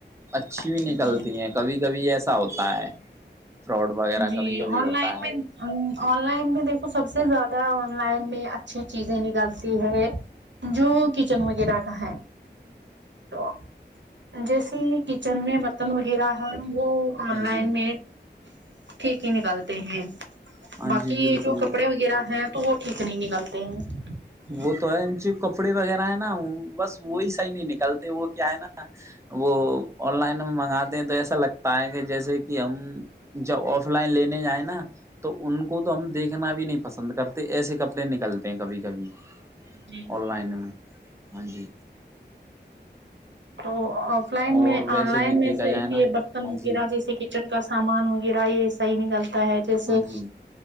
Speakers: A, on the right; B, on the right.
A: اچھی بھی
B: جی
A: نکلتی ہیں کبھی کبھی ایسا ہوتا ہے فراڈ وغیرہ
B: جی
A: کبھی کبھی
B: آن
A: ہوتا
B: لائن
A: ہے
B: میں آن لائن میں دیکھو سب سے زیادہ آن لائن میں اچھی چیزیں نکالتی ہے جو کچن وغیرہ کا ہے تو جیسے کچن میں مٹن وغیرہ ہے وہ آن
A: ہاں
B: لائن
A: جی
B: مڈ ٹھیک ہی نکلتے ہیں
A: ہاں
B: باقی
A: جی بالکل
B: یہ جو کپڑے وغیرہ ہیں تو وہ ٹھیک نہیں نکلتے ہیں <inaudible>
A: وہ تو ہے جو کپڑے وغیرہ ہے نا بس وہی صحیح نہیں نکلتے وہ کیا ہے نا وہ آن لائن منگاتے ہیں تو ایسا لگتا ہے کہ جیسے کہ ہم جب آف لائن لینے جیں نا تو ان کو تو ہم دیکھنا بھی نہیں پسند کرتے ایسے کپڑے نکلتے ہیں کبھی کبھی
B: جی جی
A: آن لائن ہاں جی
B: تو آف لائن
A: اور
B: میں
A: ویسے
B: آن لائن
A: بھی
B: میں
A: دیکھا
B: سے
A: جائے نا
B: یہ برتن
A: ہاں
B: وغیرہ
A: جی
B: جیسے کہ کچن کا سامان وغیرہ یہ ایسا ہی نکلتا ہے جیسے
A: ہاں جی